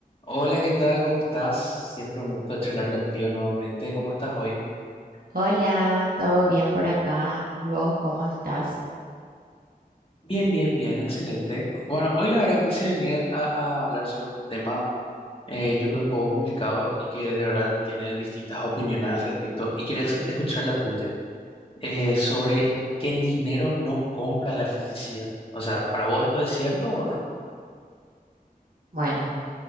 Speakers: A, on the left (about 35°); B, on the right (about 70°).
A: Hola, ¿qué tal? ¿Cómo estás? Siempre un gusto charlar contigo nuevamente. ¿Cómo estás hoy?
B: Hola, ¿todo bien por acá? ¿Y vos cómo estás?
A: Bien, bien, bien, excelente. Bueno,
B: Qué
A: hoy
B: gusto.
A: la verdad quise venir a, a hablar sobre un tema, eh, yo creo un poco complicado y que de verdad tiene distintas opiniones al respecto y quería s- escuchar la tuya, eh, sobre que el dinero no compra la felicidad. O sea, ¿para vos esto es cierto o no?
B: Bueno,